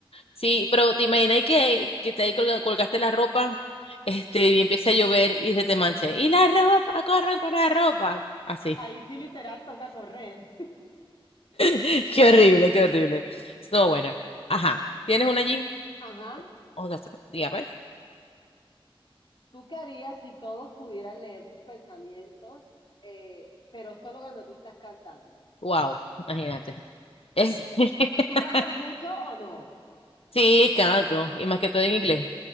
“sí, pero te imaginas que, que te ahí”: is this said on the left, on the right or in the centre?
Left